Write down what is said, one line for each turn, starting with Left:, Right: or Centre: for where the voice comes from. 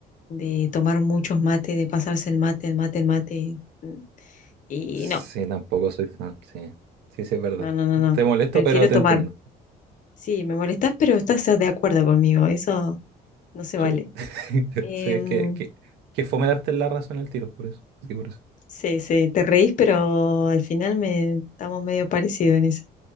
Left: de tomar muchos mates, de pasarse el mate, el mate, el mate. mm, Y
Right: Sí,
Left: no,
Right: tampoco soy fan, sí. Sí, sí, es verdad.
Left: no, no, no, no.
Right: Te molesto,
Left: Prefiero
Right: pero
Left: tomar.
Right: te entiendo.
Left: Sí, me molestás, pero estás de acuerdo conmigo, eso no se
Right: Sí.
Left: vale.
Right: <laughs>
Left: Em,
Right: Sí, es que, que, que fome darte la razón al tiro, por eso. Sí, por eso.
Left: sí, sí, te reís, pero al final me estamos medio parecidos en eso.